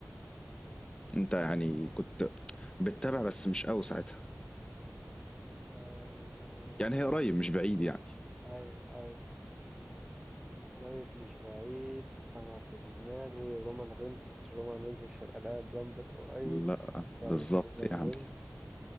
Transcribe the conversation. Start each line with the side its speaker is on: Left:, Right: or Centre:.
Left: انت يعني كنت بتتابع بس مش قوي ساعتها
Centre: آه...
Left: يعني هي قريب مش بعيد يعني
Centre: ايوه ايوه قريب مش بعيد انا في دماغي رومان رينز بس رومان رينز مش هيبقى لاعب رامبل قريب
Left: لا
Centre: فمش
Left: بالظبط
Centre: رومان
Left: يعني
Centre: رينز